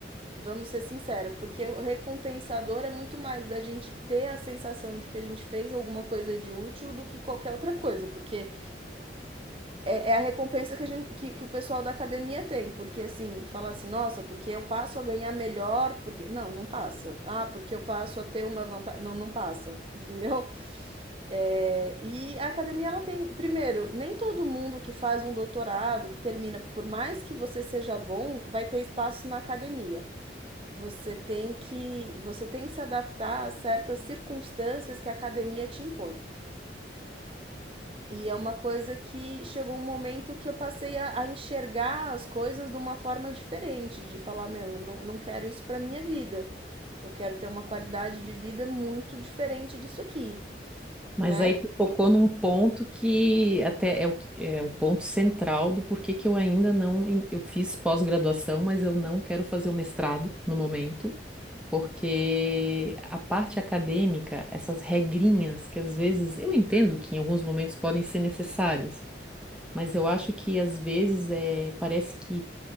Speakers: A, on the right; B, in the centre.
A: Vamos ser sinceros, porque o recompensador é muito mais da gente ter a sensação de que a gente fez alguma coisa de útil do que qualquer outra coisa, porque é, é a recompensa que, a gente, que, que o pessoal da academia tem, porque assim, falar assim, nossa, porque eu passo a ganhar melhor, porque. Não, não passa. Ah, porque eu passo a ter uma vantagem. Não, não passa, entendeu? É, e a academia, ela tem, primeiro, nem todo mundo que faz um doutorado, que termina, por mais que você seja bom, vai ter espaço na academia. Você tem que, você tem que se adaptar a certas circunstâncias que a academia te impõe. E é uma coisa que chegou um momento que eu passei a, a enxergar as coisas de uma forma diferente, de falar, meu, eu não, não quero isso para minha vida. Eu quero ter uma qualidade de vida muito diferente disso aqui,
B: Mas
A: né?
B: aí tu tocou num ponto que até é o, que- é o ponto central do porquê que eu ainda não. en- Eu fiz pós-graduação, mas eu não quero fazer o mestrado no momento, porque a parte acadêmica, essas regrinhas que às vezes eu entendo que em alguns momentos podem ser necessárias, mas eu acho que às vezes é, parece que